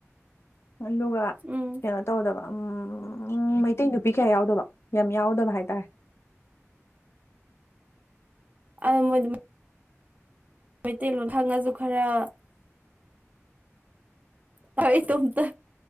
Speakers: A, on the left (about 55°); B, on the right (about 30°).
A: ꯑꯗꯨꯒ
B: ꯎꯝ
A: ꯀꯩꯅꯣ ꯇꯧꯗꯕ ꯎꯝ ꯃꯩꯇꯩ ꯅꯨꯄꯤ ꯀꯌꯥ ꯌꯥꯎꯗꯕ ꯌꯥꯝ ꯌꯥꯎꯗꯕ ꯍꯥꯏꯇꯥꯔꯦ
B: ꯑ ꯃ ꯃꯩꯇꯩ ꯃꯈꯥꯡꯉꯁꯨ ꯈꯔ ꯇꯥꯏ ꯇꯣ ꯇ